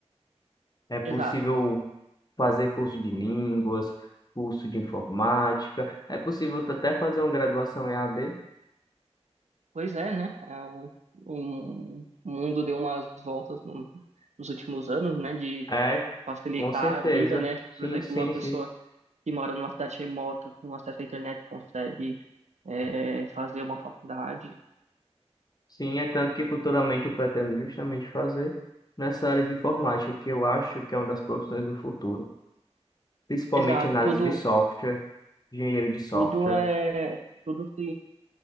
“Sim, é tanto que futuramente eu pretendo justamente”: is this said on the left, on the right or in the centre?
Left